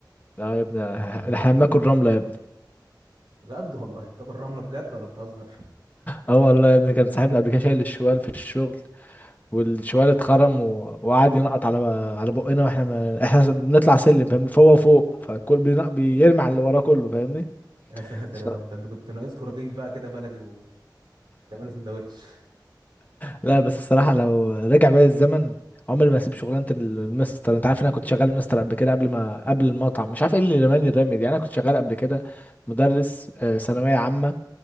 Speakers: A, on the left; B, on the right.
A: لا يا ابني احنا بناكل رملة يا ابني
B: بجد والله <laughs> بتاكل رملة بجد ولا بتهزر
A: اه والله يا ابني كان صاحبنا قبل كده شايل الشوال في الشغل والشوال اتخرم و... وقعد ينقط على على بقنا واحنا ما... احنا بنطلع سلم فاهمني فوق وفوق فالكل بينق... بيرمي على اللي وراه كله فاهمني
B: <laughs> يا ساتر يا
A: <laughs>
B: رب ده انت كنت ناقصكوا رغيف بقى كده بلدي وتعملوا سندوتش
A: لا بس الصراحة لو رجع بيا الزمن عمري ما هسيب شغلانة المستر انت عارف ان انا كنت شغال مستر قبل كده قبل ما قبل المطعم مش عارف ايه اللي رماني الرمي دي انا كنت شغال قبل كده مدرس آه، ثانوية عامة